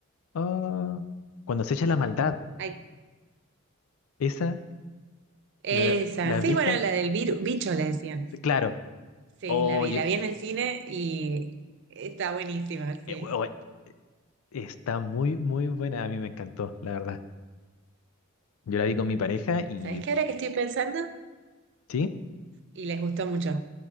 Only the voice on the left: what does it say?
Ah, cuando se echa la maldad.
Esa,
la, la Vita,
claro.
Oye,
eh,
we- we- está muy, muy buena. A mí me encantó, la verdad. Yo la vi con mi pareja y,
sí,